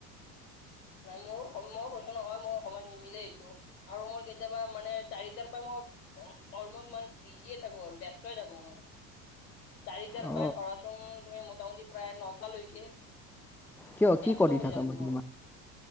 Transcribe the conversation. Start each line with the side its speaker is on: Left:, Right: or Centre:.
Left: <inaudible> নাই মোৰো মই কৈছো নহয়। মই সময় নিমিলেই এইটো আৰু মই কেতিয়াবা মানে চাৰিটাৰ পৰা মই অলপমান বিজিয়ে থাকো আৰু ব্যস্তই থাকো মই। চাৰিটাৰ
Centre: অ
Left: পা ধৰাচোন তুমি মোটামুটি প্ৰায় নটালৈকে
Centre: কিয়
Left: ব্যস্ত
Centre: কি কৰি
Left: হৈ
Centre: থাকা
Left: যাব
Centre: মানে
Left: মই।
Centre: ইমান